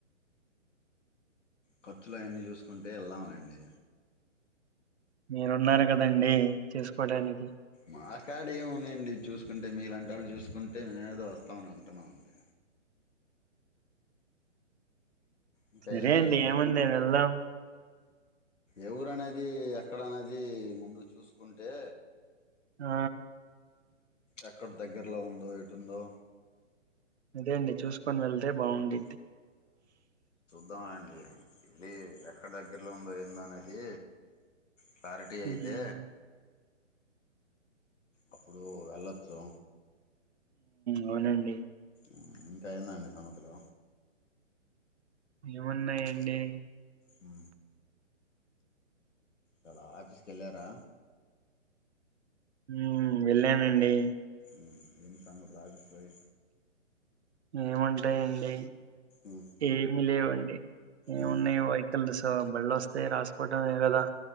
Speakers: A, on the left; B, on the right.
A: ఖర్చులు అవన్నీ చూసుకుంటే వెళ్దాము లెండి
B: మీరున్నారు కదండి చూసుకోడానికి
A: మా కాడ ఏమున్నాయండి చూసుకుంటే మీలాంటి వాళ్ళు చూసుకుంటే మేమేదో వస్తాం అని అంటున్నామ అండి ఇంకా
B: సరే
A: ఏందండి
B: అండి ఏముంది వెళ్దాం
A: ఎవరునేది ఎక్కడ అనేది ముందు చూసుకుంటే
B: ఆ
A: ఎక్కడ దగ్గర్లో ఉందో ఎటుందో
B: అదే అండి చూసుకొని వెళ్తే బాగుండిది
A: అవునండి వెళ్ళి ఎక్కడ దగ్గరలో ఉందో ఏందో అనేది క్లారిటీ అయితే
B: ఉమ్
A: అప్పుడు వెళ్ళొచ్చు
B: అవునండి
A: ఊ ఇంక ఏందండి సంగతులు
B: ఏమున్నాయండి
A: ఊ ఇయలా ఆఫీస్కెల్లారా
B: ఊ వెళ్ళానండి
A: ఊ ఏం సంగతులు ఆఫీస్ లోయి
B: ఏముంటాయండి
A: ఉమ్,
B: ఏమి లేవండి ఏమున్నాయి
A: ఉమ్,
B: వెహికల్ దిస్ సో బళ్ళోస్తే రాసుకోవటమే కదా